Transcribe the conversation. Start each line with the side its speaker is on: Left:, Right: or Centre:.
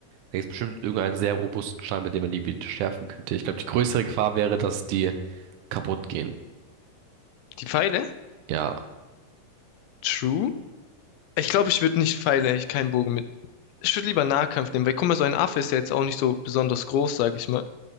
Right: gibt es bestimmt irgendeinen sehr robusten Stein, mit dem man die bitte schärfen könnte. Ich glaube, die größere Gefahr wäre, dass die kaputt gehen.
Left: Die Pfeile?
Right: Ja,
Left: True. Ich glaube, ich würde nicht Pfeile, ich keinen Bogen mit. Ich würde lieber Nahkampf nehmen, weil guck mal, so ein Affe ist ja jetzt auch nicht so besonders groß, sag ich mal.